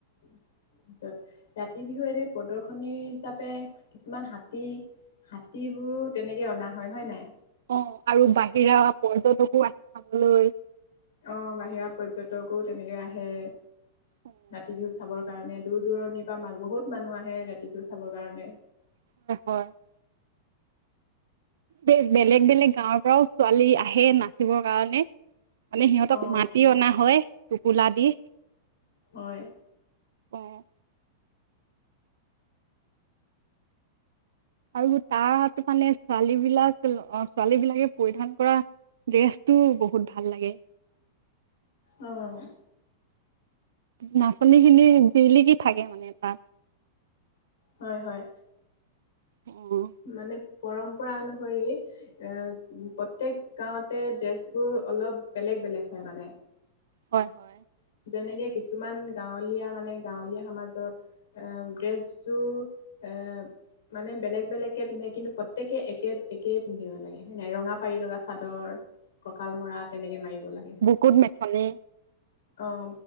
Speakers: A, on the left (about 90°); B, on the right (about 90°).
A: <inaudible> তাৰপিছত ৰাতি বিহু এনে প্ৰদৰ্শনী হিচাপে কিছুমান হাতী হাতীবোৰো তেনেকে অনা হয়, হয় নাই?
B: অ', আৰু বাহিৰা পৰ্যটকো আহে চাবলৈ।
A: অ', বাহিৰা পৰ্যটকো তেনেকে আহে।
B: হয়
A: ৰাতি বিহু চাবৰ কাৰণে, দূৰ -দূৰণিৰ পৰা মা-বহুত মানুহ আহে ৰাতি বিহু চাবৰ কাৰণে।
B: <inaudible> সেই বেলেগ বেলেগ গাঁৱৰ পৰাও ছোৱালী আহে নাচিবৰ কাৰণে। মানে সিহঁতক
A: অ',
B: মাতি অনা হয়, টোপোলা দি।
A: হয়।
B: অ আৰু তাৰহতু মানে ছোৱালী বিলাক অ-ছোৱালী বিলাকে পৰিধান কৰা ড্ৰেছটো বহুত ভাল লাগে।
A: অ'।
B: নাচনী খিনি জলিকি থাকে মানে তাত।
A: হয়, -হয়।
B: <unintelligible>
A: মানে পৰম্পৰা অনুসৰি এ, প্ৰত্যেক গাঁৱতে ড্ৰেছ বোৰ অলপ বেলেগ- বেলেগ হয় মানে।
B: হয়, -হয়।
A: যেনেকে কিছুমান গাঁৱলীয়া মানে গাঁৱলীয়া সমাজত এ ড্ৰেছটো এ মানে বেলেগ- বেলেগকে পিন্ধে কিন্তু প্ৰত্যেকে একে -একেই পিন্ধিব লাগে হয় নাই। ৰঙা পাৰি লগা চাদৰ কঁকাল মৰা তেনেকে মাৰিব লাগে।
B: কুট মেথনি। -
A: অহ